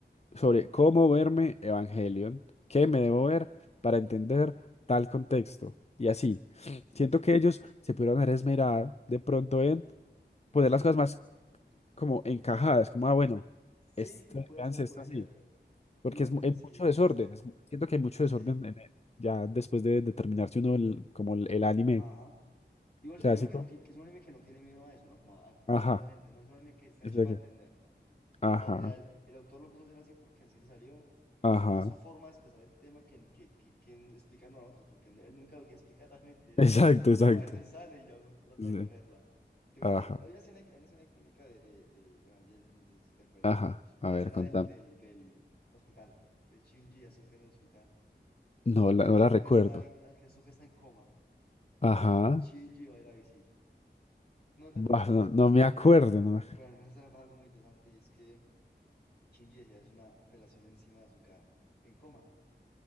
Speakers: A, on the left; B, on the left.
A: sobre
B: Ujú,
A: cómo verme Evangelion, qué
B: Total,
A: me debo ver para entender tal contexto, y así.
B: sí,
A: Siento
B: no.
A: que ellos se pudieron haber esmerado de pronto en poner las cosas más como encajadas, como, ah, bueno,
B: Sí,
A: este,
B: puede
A: véanse
B: ser, puede
A: esto así.
B: ser.
A: Porque
B: Igual,
A: es, mu- hay
B: sí,
A: mucho desorden,
B: cierto,
A: es mu- siento que hay mucho
B: sí,
A: desorden en el- ya después de, de terminarse uno el- como el, el anime
B: ajá. Igual es
A: clásico.
B: un anime que, no, ti- que es un anime que no tiene miedo a eso, ¿no? Como a, a confundir
A: Ajá,
B: a la gente, ¿no? Es un anime que está
A: es
B: hecho
A: de
B: para
A: que-
B: entenderlo. O
A: ajá,
B: sea, el, el autor lo quiso hacer así porque así le salió. Y
A: ajá,
B: es más su forma de expresar el tema que, que, que, que en explicarnos a nosotros, porque él nunca lo quiere explicar realmente.
A: <laughs>
B: Es
A: exacto, exacto.
B: como a él le sale y ya uno trata
A: Sí,
B: de cogerla. ¿Te acuerdas
A: Ajá,
B: de- hay una escena, hay una escena icónica de, de, de Evangelion, no sé si te acuerdas.
A: ajá, a
B: La
A: ver,
B: escena
A: contame.
B: del, del, del hospital, de Shinji y Asuka en el hospital.
A: No la,
B: Que Asuka
A: no la recuerdo.
B: está en, que Asuka está en coma
A: Ajá,
B: y Shinji va y la visita. ¿No te
A: bah,
B: acuerdas de
A: no,
B: esa escena?
A: no me acuerdo. No. <laughs> me- ac-
B: Bueno, en esa escena pasa algo muy interesante y es que Shinji decía, es una felación encima de Azuka en coma. <laughs>